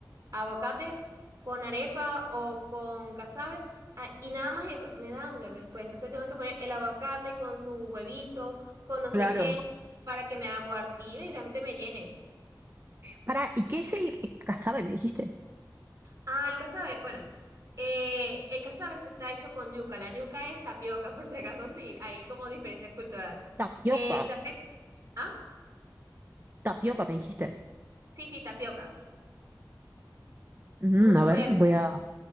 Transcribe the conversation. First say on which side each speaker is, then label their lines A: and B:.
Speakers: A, on the right; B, on the right.
A: aguacate con arepa o con casabe, ah, y nada más eso, me dan la respuesta. Entonces tengo que poner el aguacate con su huevito, con no
B: claro.
A: sé qué, para que me amortive y realmente me llene.
B: para ¿y qué es el casabe, me dijiste?
A: Ah, el casabe, bueno, eh, el casabe se está hecho con yuca, la yuca es tapioca, <laughs> por si acaso, sí, hay como diferencia cultural.
B: Tapioca.
A: Eh, se hace, ah,
B: Tapioca, me dijiste.
A: sí, sí, tapioca,
B: Mm,
A: es un
B: a
A: tubérculo.
B: ver, voy a.